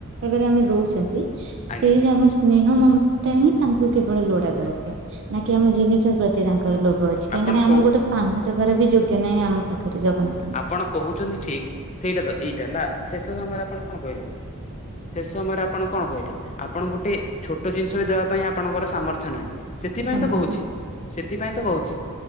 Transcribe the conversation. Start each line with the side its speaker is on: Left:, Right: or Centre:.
Right: ଏବେରେ ଆମେ ଦଉଛନ୍ତି
Left: ଆଜ୍ଞା
Right: ସେଇ ଯେ ଆମ ସ୍ନେହ ମମତା ହିଁ ତାଙ୍କୁ କେବଳ ଲୋଡା ଦର ନା କି ଆମ ଜିନିଷ ପ୍ରତି ତାଙ୍କର ଲୋଭ ଅଛି କାହିଁକି
Left: ଆପଣ
Right: ନା
Left: କହୁ
Right: ଆମେ ଗୋଟେ ପାନ ଦେବାର ବି ଯୋଗ୍ୟ ନାହିଁ ଆମ ପାଖରେ ଜଗନ୍ନାଥ।
Left: ଆପଣ କହୁଛନ୍ତି ଠିକ ସେଇଟା ତ ଏଇଟା ନା ଶେଷ ସମୟରେ ଆପଣ କଣ କହିଲେ ଶେଷ ସମୟରେ ଆପଣ କଣ କହିଲେ ଆପଣ ଗୋଟେ ଛୋଟ ଜିନିଷ ବି ଦବା ପାଇଁ ଆପଣଙ୍କର ସାମର୍ଥ୍ୟ ନାହିଁ ସେଥିପାଇଁ
Right: ଜଗନ୍ନାଥଙ୍କୁ।
Left: ତ କହୁଛି ସେଥିପାଇଁ ତ କହୁଛି